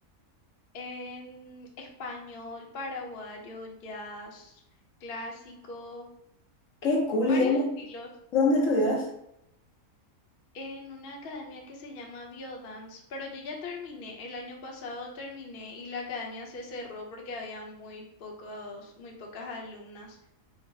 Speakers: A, on the left; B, on the left.
A: en español, paraguayo, jazz, clásico,
B: Qué cool,
A: varios
B: ¿y dónde,
A: estilos
B: dónde estudias?
A: en una academia que se llama Biodance, pero yo ya terminé, el año pasado terminé y la academia se cerró porque había muy pocos, muy pocas alumnas.